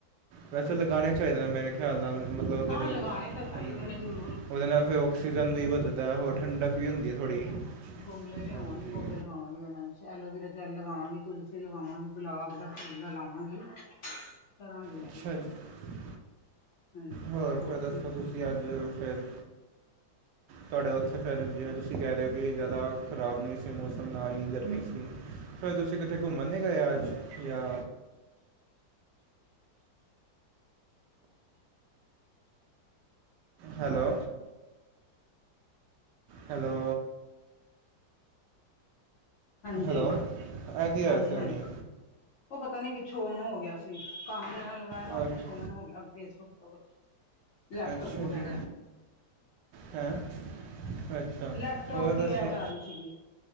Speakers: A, on the right; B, on the left.
A: ਵੈਸੇ ਲਗਾਣੇ ਚਾਹੀਦੇ ਨੇ ਮੇਰੇ ਖਿਆਲ ਨਾਲ ਮਤਲੱਬ ਅਗਰ
B: ਹਾਂ ਲਗਾਉਣੇ ਤਾਂ ਚਾਹੀਦੇ
A: ਹੂੰ
B: ਨੇ ਜ਼ਰੂਰ
A: ਉਹਦੇ ਨਾਲ ਫਿਰ ਔਕਸੀਜਨ ਵੀ ਵੱਧਦਾ ਹੋਰ ਠੰਡਕ ਵੀ ਹੁੰਦੀ ਥੋੜ੍ਹੀ
B: ਗਂਮਲੇ ਲਿਆਵਾਂਗੇ
A: ਹਾਂਜੀ
B: ਪੌਦੇ ਲਗਾਵਾਂਗੇ ਉਹਨਾਂ ਚ ਐਲੋਵਰਾ ਜੈਲ ਲਗਾਵਾਂਗੀ। ਤੁਲਸੀ ਲਗਾਵਾਂਗੀ ਗ਼ੁਲਾਬ ਦਾ ਫੁੱਲ ਲਾਵਾਂਗੀ। ਕਰਾਂਗੀ ਮੈਂ
A: ਅੱਛਾ
B: ਵੀ
A: ਜੀ
B: ਹਾਂਜੀ
A: ਹੋਰ ਫਿਰ ਦਸੋ
B: ਸੁ
A: ਕੁੱਛ ਹਾਂਜੀ ਅੱਜ ਫਿਰ ਤੁਹਾਡੇ ਉੱਥੇ ਫਿਰ ਜਿਵੇਂ ਤੁਸੀਂ ਕਹਿ ਰਹੇ ਹੋ ਕਿ ਜ਼ਿਆਦਾ ਖ਼ਰਾਬ ਨਹੀਂ ਸੀ ਮੌਸਂਮ ਨਾ ਹੀ ਗਰਮੀਂ ਸੀ। ਫਿਰ ਤੁਸੀਂ ਕਿਤੇੇ ਘੁੰਮਣ ਨਹੀ ਗਏ ਅੱਜ ਜਾਂ। Hello hello.
B: ਹਾਂਜੀ,
A: ਹੈਲੋ ਇਹ ਕੀ ਹੋਇਆ
B: ਹਾਂਜੀ
A: ਸੀ
B: ਹਾਂਜੀ।
A: ਹੁਣੀ
B: ਉਹ ਪਤਾ ਨੀ ਕੁੱਛ ਔਨ ਹੋ ਗਿਆ ਸੀ। ਕਂਨ ਨਾਲ ਲਗਾਇਆ ਨਾ
A: ਅ-
B: ਉਹ ਕੁੱਛ ਔਨ ਹੋ ਗਿਆ। ਫੇਸਬੁੱਕ ਤੋਂ ਕੁੱਛ। ਲੈਪਟੋਪ
A: ਅੱਛਾ
B: ਵਗੈਰਾ।
A: ਜੀ ਹੈਂ ਅੱਛਾ
B: ਲੈਪਟੋਪ
A: ਹੋਰ ਦੱਸੋ?
B: ਦੀ ਐਡ ਆ ਰਹੀ ਸੀਗੀ